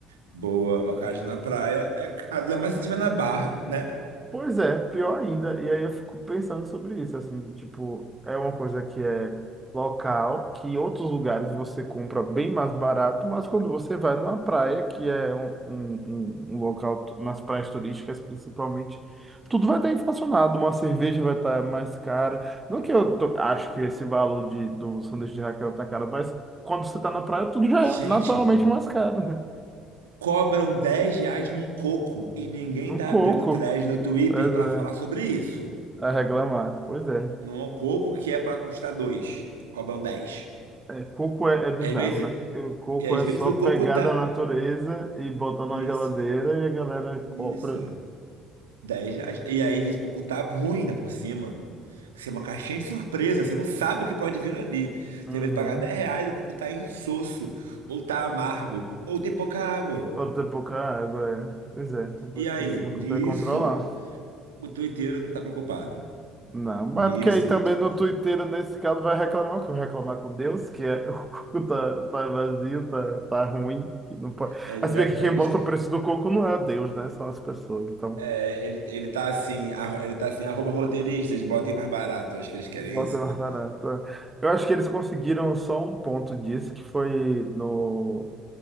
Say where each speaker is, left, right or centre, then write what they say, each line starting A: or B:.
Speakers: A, on the right (about 75°); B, on the right (about 15°).
A: Boa, a casa na praia é caro, ainda mais se tiver na Barra, né?
B: Pois é, pior ainda. E aí eu fico pensando sobre isso, assim, de, tipo, é uma coisa que é local, que em outros lugares você compra bem mais barato, mas quando você vai numa praia, que é um, um, um um local, t- nas praias turísticas principalmente, tudo vai estar inflacionado, uma cerveja vai estar mais cara. Não que eu tô- acho que esse valor de, do sanduíche de Raquel tá caro, mas quando você tá na praia, tudo já
A: Gente...
B: é naturalmente mais caro, né?
A: Cobram 10 reais num coco e ninguém
B: Num
A: tá
B: coco,
A: abrindo thread no Twitter
B: pois
A: pra
B: é,
A: falar sobre isso.
B: a reclamar, pois é.
A: Num coco que é pra custar 2, cobram 10.
B: É, coco é, é bizarro,
A: Às vezes,
B: né? Que, eh, Coco
A: e às
B: é
A: vezes
B: só
A: o coco
B: pegar
A: tá.
B: da natureza e botar
A: Isso,
B: na geladeira e a galera
A: isso.
B: compra.
A: dez reais. E aí, às vezes, o coco tá ruim, ainda por cima. Isso é uma caixinha de surpresa, você não sabe o que pode vir ali.
B: Uhum.
A: Você vai pagar 10 reais, o coco tá insosso, ou tá amargo, ou tem pouca água.
B: Ou ter pouca água, é. Pois é, uma coisa
A: E aí,
B: que você
A: nisso,
B: não consegue controlar.
A: o tuiteiro não tá preocupado.
B: Não, mas
A: Nisso,
B: é porque aí também
A: o tu-
B: no Twitter, nesse caso, vai reclamar, que vai reclamar com Deus, que é, <laughs> o coco tá, tá vazio, tá, tá ruim, que não pode...
A: Ele,
B: Ah, se
A: tá-
B: bem que quem
A: ele,
B: bota
A: está-
B: o preço do coco não é Deus, né? São as pessoas, então
A: é, ele, ele tá assim, arro- ele tá assim, arroba roteiristas, botem mais barato. Eu acho que eles querem
B: bota
A: isso, né?
B: mais barato. é. Eu acho que eles conseguiram só um ponto disso, que foi no